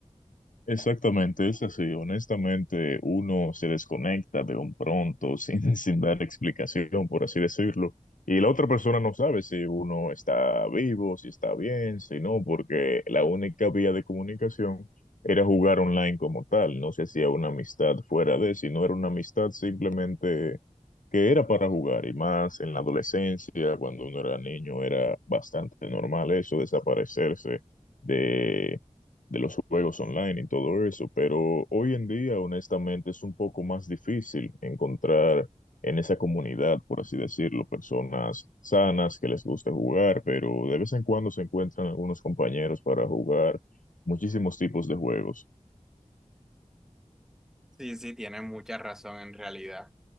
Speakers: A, on the left; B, in the centre.
A: Exactamente, es así. Honestamente, uno se desconecta de un pronto sin, <laughs> sin dar explicación, por así decirlo, y la otra persona no sabe si uno está vivo, si está bien, si no, porque la única vía de comunicación era jugar online como tal. No se hacía una amistad fuera de, si no era una amistad simplemente que era para jugar, y más en la adolescencia, cuando uno era niño, era bastante normal eso, desaparecerse de de los juegos online y todo eso, pero hoy en día, honestamente, es un poco más difícil encontrar en esa comunidad, por así decirlo, personas sanas que les guste jugar, pero de vez en cuando se encuentran algunos compañeros para jugar muchísimos tipos de juegos.
B: Sí, sí, tienes mucha razón en realidad.